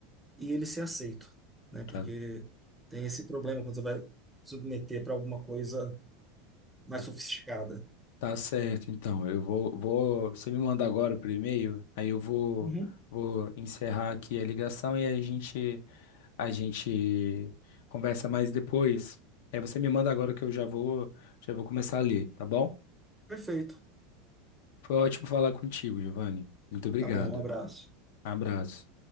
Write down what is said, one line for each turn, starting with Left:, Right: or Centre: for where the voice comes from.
Centre: e ele ser aceito, né? Porque
Left: Tá,
Centre: tem esse problema quando você vai submeter para alguma coisa mais sofisticada.
Left: tá certo, então. Eu vou, vou. Você me manda agora por e-mail, aí eu vou,
Centre: Uhum.
Left: vou encerrar aqui a ligação e aí a gente, a gente conversa mais depois. Aí você me manda agora que eu já vou, já vou começar a ler, tá bom?
Centre: Perfeito.
Left: Foi ótimo falar contigo, Giovanni. Muito obrigado.
Centre: Tá bom, um abraço.
Left: Abraço.